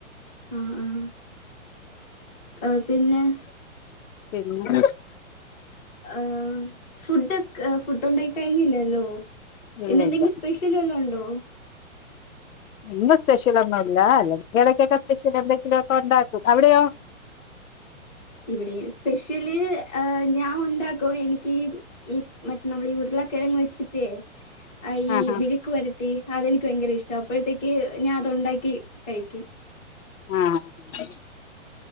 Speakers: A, on the left; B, on the left.
A: ആഹ് ആഹ്. ആഹ് പിന്നെ
B: പിന്നെ
A: ഏഹ് ഫുഡൊക് ഫുഡുണ്ടാക്കി കഴിഞ്ഞില്ലല്ലോ.
B: ഇല്ല
A: ഇന്ന് എന്തെങ്കി
B: ഇല്ല
A: സ്പെഷ് ല് വല്ലോണ്ടോ?
B: ഇന്ന് സ്പെഷ്യൽ ഒന്നുല്ലാ അല്ലെങ്കി എടക്കെക്കെ സ്പെഷ്യൽ എന്തെങ്കിലും ഒക്കെ ഉണ്ടാക്കും. അവിടെയോ?
A: <inaudible> ഇവിടെയും സ്പെഷ്യല് ഏഹ് ഞാൻ ഉണ്ടാക്കും എനിക്ക് ഈ ഈ മറ്റ നമ്മൾ ഈ ഉരുള് ള കിഴങ്ങ് വെച്ചിട്ടേ എഹ് ഈ
B: ആഹ് ആഹ്
A: വിഴുക്ക് വരട്ടി അതെനിക്ക് ഭയങ്കര ഇഷ് ട്ടാ. അപ്പഴ്ത്തേക്ക് ഞാൻ അത് ഉണ്ടാക്കി കഴിക്കും.
B: ആഹ്... മ്ഷ്